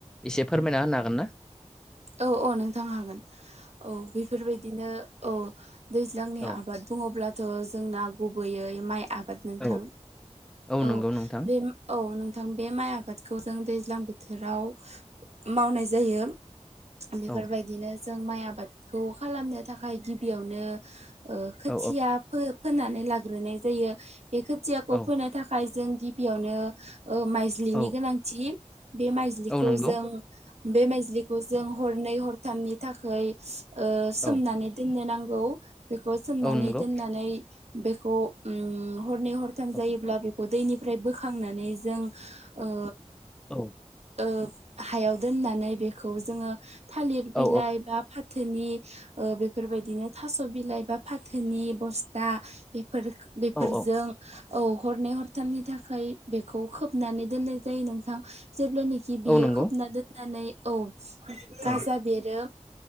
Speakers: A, in the centre; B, on the right.
A: एसे फोरमायना होनो हागोन ना
B: औ औ नोंथां हागोन औ बेफोरबायदिनो औ दैज्लांनि
A: औ
B: आबाद बुङोब्लाथ' जोंना गुबैयै माइ आ बाद नोंथां
A: औ नंगौ
B: औ
A: नोंथां
B: बे औ नोंथां बे माइ आबादखौ जों दैज्लां बोथोराव मावनाय जायो बेफोरबायदिनो
A: औ
B: जों माइ आबादखौ खालामनो थाखाय गिबियावनो खोथिया
A: औ
B: फोननानै लाग्रोनाय जायो बे खोथियाखौ
A: औ
B: फोनो थाखाय जों गिबियावनो माइज्लिनि
A: औ
B: गोनांथि बे माइज्लिखौ
A: औ नंगौ
B: जों बे माइज्लिखौ जों हरनै हरथामनि थाखाय ओ सोमनानै
A: औ
B: दोननो नांगौ बेखौ सोमनानै
A: औ नंगौ
B: दोननानै बेखौ हरनै हरथाम
A: औ
B: जायोब्ला बे दैनिफ्राय बोखांनानै जों ओ
A: औ
B: ओ हायाव दोननानै बेखौ जोङो थालिर बिलाइ
A: औ
B: बा फाथोनि बेफोरबायदिनो थास' बिलाइ बा फाथोनि बस्था बेफोरजों
A: औ औ
B: औ हरनै हरथारनि थाखाय बेखौ खोबनानै दोननाय जायो नोंथां जेब्लानिखि बियो
A: औ नंगौ
B: खोबना दोननानै औ गाजा
A: औ
B: बेरो